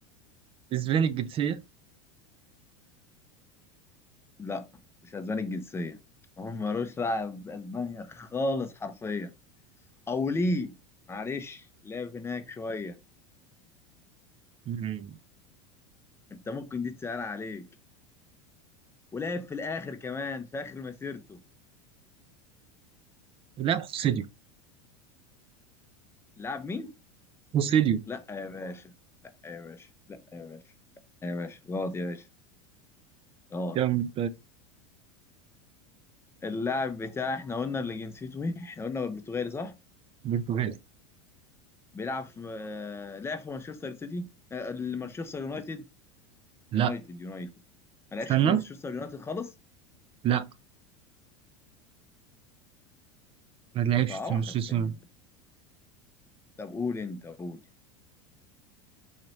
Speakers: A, on the right; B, on the left.
A: اسباني الجنسيه
B: لا مش اسباني الجنسيه هم ملوش دعوه باسبانيا خالص حرفيا او ليه معلش لعب هناك شويه
A: مم.
B: انت ممكن دي تسأل عليك ولعب في الاخر كمان في اخر مسيرته
A: لا خوسيليو
B: لعب مين
A: خوسيليو
B: لا يا باشا لا يا باشا لا يا باشا لا يا باشا غلط يا باشا غلط
A: كان
B: اللاعب بتاع احنا قلنا اللي جنسيته ايه احنا قلنا برتغالي صح
A: برتغالي
B: بيلعب في آه، لعب في مانشستر سيتي آه، مانشستر يونايتد
A: لا
B: يونايتد يونايتد ما لعبش
A: استنى
B: في مانشستر يونايتد خالص
A: لا ما لعبش
B: صعب
A: في مانشستر
B: خلي بالك. طب قول انت قول